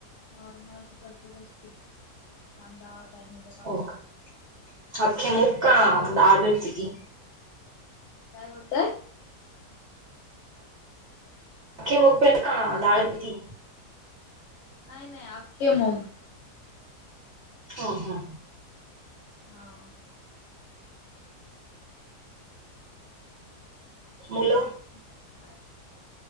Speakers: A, on the left (about 65°); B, on the right (about 50°).
A: नॉर्मल अशी करतो तशीच कांदा टोमॅटो
B: हो का अखे मुग
A: म्हणजे मी
B: डाळ भेटती ती.
A: काय बोलताय?
B: आखी मुग का डाळ केली.
A: नाही नाही अख्खे मुग.
B: हो हा,
A: हा,
B: मुल.
A: मग काय